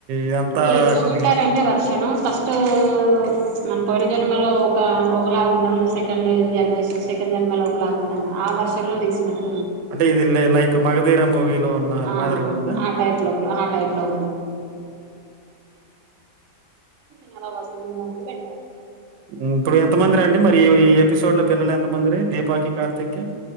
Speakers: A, on the right; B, on the right.
A: ఇదంతా
B: అరే ఎట్లా
A: కొద్దిగా
B: విట్టారంటే వర్షను ఫస్ట్ ఊ మనపోడి జన్మలో ఒక ఒకలాగా ఉంటాము, సెకండ్ జన్మేషన్ సెకండ్ జన్మలో ఒకలాగా ఉంటాము ఆ వర్షంలో తీసినడు.
A: అంటే ఇదిల్ లైక్ మగధీర మూవి లో ఉన్న
B: ఆ
A: మాదిరగా ఉన్నదా
B: ఆ టైప్ లో ఆ టైప్ లో ఉంది నవవాసంతం అని పెట్టరు
A: హ్మ్. ఇప్పుడు ఎంతమందిరా అండి మరి ఈ ఎపిసోడ్ లో పిల్లలు ఎంత మందిర దీపాకి కార్తిక్కి